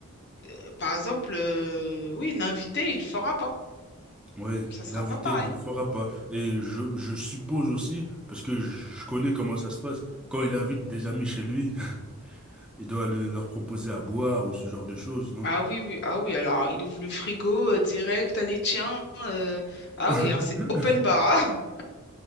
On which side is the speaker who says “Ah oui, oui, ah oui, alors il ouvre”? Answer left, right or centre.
Left